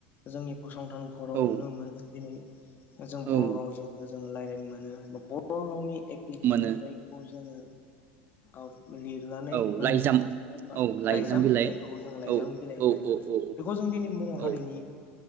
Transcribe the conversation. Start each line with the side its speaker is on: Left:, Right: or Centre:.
Left: जोंनि फसंथानफोराव
Right: औ
Left: नुनो मोनो दिनै जों
Right: औ
Left: बर' राव <unintelligible> रायलायनो मोनो। <unintelligible> रावनि एप्लिकेसन
Right: मोनो
Left: जायखौ जोङो <inaudible> औ। लिरनानै
Right: औ
Left: होनो
Right: लाइजाम
Left: मोनो।
Right: औ
Left: लाइजाम
Right: बिलाइ
Left: जायखौ जों लाइजाम
Right: औ
Left: बिलाइ होननानै
Right: औ औ
Left: बेखौ जों दिनै बर' हारिनि
Right: औ